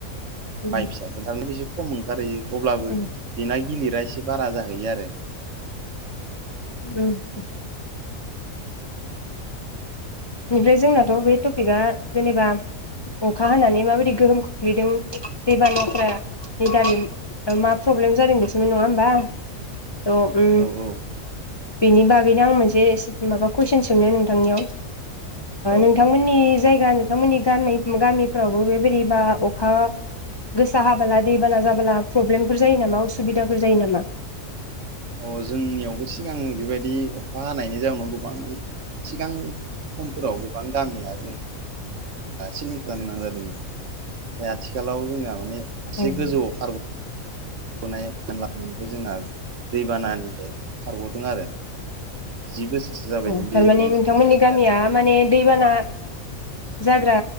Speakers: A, on the left; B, on the right.
A: उम
B: माइ फिसाफोर थारान बेसे खम ओंखारहैयो अब्लाबो
A: उम
B: बेना गिलिर फ्राय एसे बारा जाहैयो आरो।
A: उ। ओमफ्राय जोंनाथ' बे टपिकआ जेनेबा अखा हानानै माबायदि गोहोम खोख्लैदों दैबानाफानि दारै मा प्रब्लेम जादों बेसमोन नङा होनोमबा?
B: <inaudible>
A: द'
B: औ औ
A: बेनि बागैनो आं मोनसे माबा कुइसन सोंनो नोंथांनियाव?
B: औ
A: नोंथांमोननि जायगा ा नोंथांमोननि ग गामिफ्रावबो बेबायदिबा अखा गोसा हाबोला दैबाना जाबोला प्रब्लेमफोर जायो नामा उसुबिदाफोर जायो नामा?
B: अ जोंनियावबो सिगाङो बेबायदि अखा हानायनि जाउनाव गोबां सिगां समफोराव गोबां गामिया जों सिलिंखार जानो गोनां जादोंमोन बे आथिखालाव जोंना माने एसे
A: उम
B: गोजौआव खारबो नाय फान लांनायनिफ्राय जोंहा दैबानानिफ्राय खारग'दों आरो। जि बोसोरसो जाबाय
A: औ
B: जों दै
A: थारमाने
B: दों
A: नोंथांमोननि
B: जायो
A: गामिया माने दैबाना जाग्रा